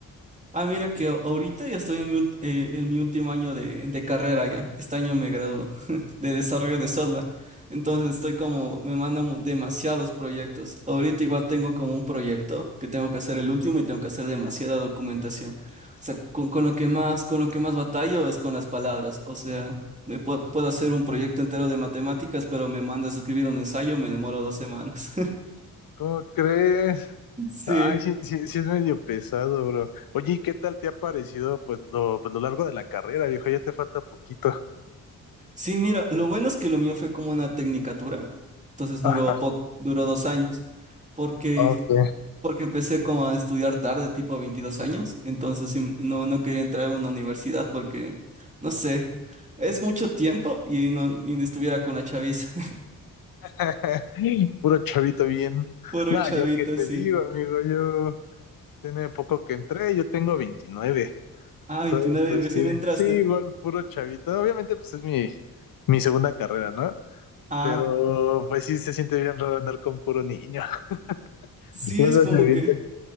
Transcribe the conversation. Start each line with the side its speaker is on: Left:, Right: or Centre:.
Right: Ah, mira que a- ahorita ya estoy en mi, ult- eh, en mi último año de, de carrera ya. Este año me gradúo <laughs> de desarrollo de software. Entonces estoy como, me mandan mu- demasiados proyectos. Ahorita igual tengo como un proyecto que tengo que hacer el último y tengo que hacer demasiada documentación. O sea, con, con lo que más, con lo que más batallo es con las palabras. O sea, me pu- puedo hacer un proyecto entero de matemáticas, pero me mandas a escribir un ensayo, me demoro dos semanas. <laughs>
Left: ¿Cómo crees?
Right: Sí.
Left: Ay, sí, sí, sí es medio pesado, bro. Oye, ¿y qué tal te ha parecido pues lo, pues lo largo de la carrera, viejo? Ya te falta poquito.
Right: Sí, mira, lo bueno es que lo mío fue como una tecnicatura, entonces duró
Left: Ajá,
Right: poco, duró dos años, porque,
Left: ok.
Right: porque empecé como a estudiar tarde, tipo 22 años, entonces sí, no, no quería entrar a una universidad porque, no sé, es mucho tiempo y no y no estuviera con la chaviza.
Left: <laughs> Puro chavito bien.
Right: <laughs> Puro
Left: No,
Right: chavita,
Left: yo qué te
Right: sí.
Left: digo, amigo, yo. Tiene poco que entré, yo tengo 29.
Right: Ah, 29
Left: Entonces, pues
Right: y recién
Left: sí,
Right: entraste.
Left: sí, igual puro chavito. Obviamente, pues es mi, mi segunda carrera, ¿no?
Right: Ah,
Left: Pero pues sí se siente bien raro andar con puro niño. <laughs>
Right: sí,
Left: Luego
Right: es como
Left: se avientan.
Right: que,